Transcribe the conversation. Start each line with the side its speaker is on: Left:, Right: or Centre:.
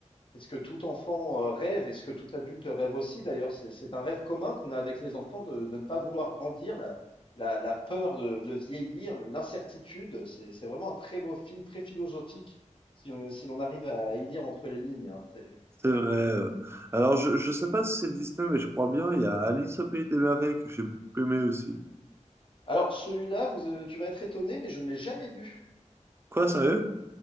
Left: C'est ce que tout enfant euh, rêve et ce que tout adulte rêve aussi. D'ailleurs, c'est c'est un rêve commun qu'on a avec les enfants de, de ne pas vouloir grandir, la, la- la peur de, de vieillir, l'incertitude. C'est c'est vraiment un très beau film, très philosophique, si, on- si l'on arrive à y lire entre les lignes. hein. C'est-
Right: C'est vrai. euh. Alors, je, je sais pas si c'est Disney, mais je crois bien. Il y a Alice au Pays des Merveilles que j'ai beaucoup aimé aussi.
Left: Alors, celui-là, vous, euh, tu vas être étonné, mais je ne l'ai jamais vu.
Right: Quoi, sérieux?